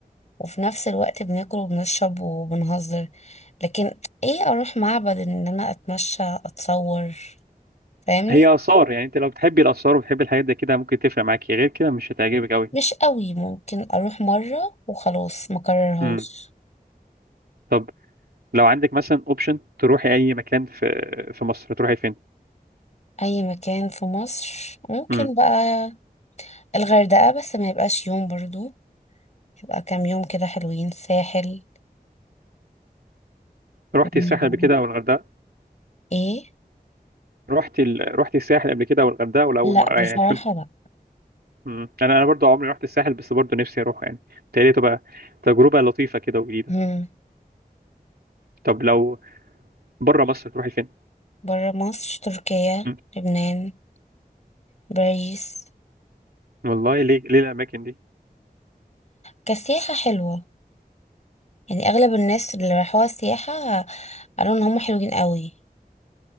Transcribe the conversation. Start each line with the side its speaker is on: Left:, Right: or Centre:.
Left: وفي نفس الوقت بناكل وبنشرب وبنهزر لكن ايه اروح معبد ان انا اتمشى اتصور فاهمني
Right: هي آثار يعني انت لو بتحبي الآثار وبتحبي الحاجات زي كده ممكن تفرق معاكي غير كده مش هتعجبك قوي
Left: مش قوي ممكن اروح مره وخلاص ما كررهاش
Right: امم طب لو عندك مثلا اوبشن تروحي اي مكان في في مصر تروحي فين
Left: اي مكان في مصر ممكن
Right: امم
Left: بقى الغردقه بس ما يبقاش يوم برضو يبقى كام يوم كده حلوين ساحل
Right: رحتي
Left: الدنيا
Right: الساحل
Left: بره
Right: قبل كده او الغردقة
Left: ايه
Right: رحتي ال... رحتي الساحل قبل كده او الغردقة ولا اول
Left: لا
Right: مرة
Left: بصراحة
Right: يعني تكون
Left: لا
Right: امم انا انا برضه عمري رحت الساحل بس برضه نفسي اروح يعني بتهيألي تبقى تجربة لطيفة كده وجديدة
Left: مم.
Right: طب لو بره مصر تروحي فين
Left: بره مصر تركيا
Right: مم.
Left: لبنان باريس
Right: والله ليه ليه الاماكن دي
Left: كسياحة حلوة يعني اغلب الناس اللي راحوها سياحة قالوا ان هم حلوين قوي